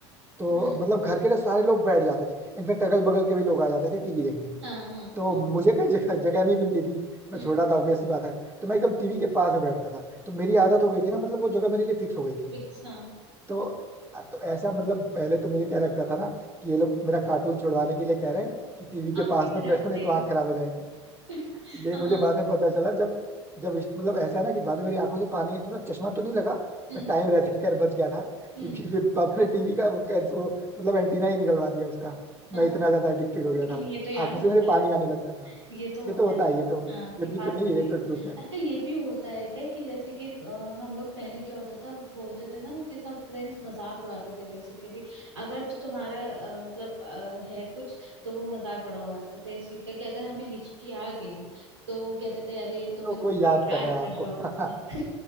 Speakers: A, on the right; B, on the right.
A: तो
B: हम्म,
A: मतलब घर के ना सारे लोग बैठ जाते थे इनफेक्ट अगल बगल के भी लोग आ जाते थे टीवी देखने
B: हाँ हाँ
A: तो मुझे कहीं जगह जगह नहीं मिलती थी मैं
B: हम्म,
A: छोटा था ऑब्वियस सी बात है तो मैं एकदम टीवी के पास में बैठता था तो मेरी आदत हो गई थी ना मतलब वो जगह मेरे लिए फिक्स हो गई थी
B: फिक्स हाँ
A: तो तो ऐसा मतलब पहले तो मुझे क्या लगता था ना कि ये लोग मेरा कार्टून छुड़वाने के लिए कह रहे हैं कि टीवी के
B: आंखें
A: पास
B: खराब
A: मत बैठो
B: हो
A: नहीं
B: जाएंगी
A: तो आंख खराब हो जाएगी
B: <laughs>
A: ये मुझे
B: हाँ
A: बाद में पता चला जब जब इस- मतलब ऐसा है ना कि बाद में मेरी आंखों से पानी मतलब चश्मा तो नहीं लगा
B: हम्म
A: पर टाइम रहते खैर बच गया था
B: हम्म
A: क्योंकि फिर पापा ने टीवी का वो, वो मतलब एंटीना ही निकलवा दिया उसका
B: हाँ
A: मैं इतना ज्यादा एडिक्टेड हो गया
B: लेकिन
A: था
B: ये तो यार
A: आंखों
B: होता
A: से मेरे
B: है
A: पानी आने लगता था
B: ये तो
A: ये
B: होता
A: तो होता
B: है
A: है ये तो
B: हाँ
A: ये
B: कि पास
A: भी तो नहीं
B: से
A: है
B: देखो
A: ये तो ट्रुथ है
B: अच्छा ये भी होता है क्या कि जैसे कि अ, हम लोग पहले क्या होता था बोलते थे ना कि सब फ्रेंड्स मजाक उड़ाते थे बेसिकली अगर तो तुम्हारा अ, मतलब अ, है कुछ तो वो मजाक बड़ा उड़ाते थे इस चीज का कि अगर हमें हिचकी आ गई तो कहते थे अरे तुम्हें
A: तो
B: तो
A: कोई याद कर
B: याद
A: रहा है
B: कर
A: आपको
B: रहा होगा
A: <laughs>
B: <laughs>